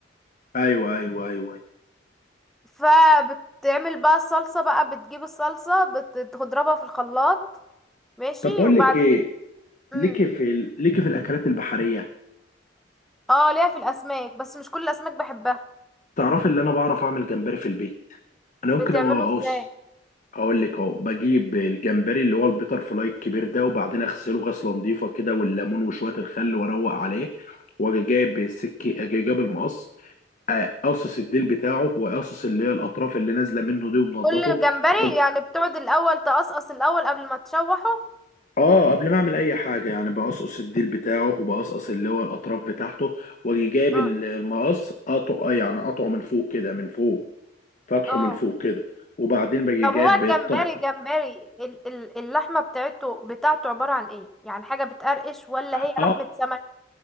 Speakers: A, on the left; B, in the centre.
A: ايوه ايوه ايوه أيوة.
B: فبتعمل بقى الصلصة بقى بتجيب الصلصة بت- بتضربها في الخلاط ماشي
A: طب بقول
B: وبعد
A: لك ايه
B: كده <laughs> مم.
A: ليكي في ال... ليكي في الاكلات البحريه
B: اه ليها في الأسماك بس مش كل الأسماك بحبها
A: تعرفي اللي انا بعرف اعمل جمبري في البيت انا
B: بتعمله
A: ممكن اوص
B: ازاي
A: اقول لك اهو بجيب الجمبري اللي هو البيتر فلاي الكبير ده وبعدين اغسله غسله نظيفه كده والليمون وشويه الخل واروق عليه واجي جايب السكه اجي جايب المقص آه، قصص الديل بتاعه وقصص اللي هي الاطراف اللي نازله منه دي ومنضفه
B: كل الجمبري
A: و...
B: يعني بتقعد الأول تقصقص الأول قبل ما تشوحه
A: اه قبل ما اعمل اي حاجه يعني بقصقص الديل بتاعه وبقصقص اللي هو الاطراف بتاعته واجي جايب
B: اه
A: ال- المقص قطعه آه، يعني قطعه من فوق كده من فوق فتحه
B: اه
A: من فوق كده وبعدين باجي
B: طب
A: جايب
B: هو الجمبري
A: بالطق
B: جمبري ال- ال- اللحمة بتاعته بتاعته عبارة عن ايه يعني حاجة بتقرقش ولا
A: اه
B: هي لحمة سمك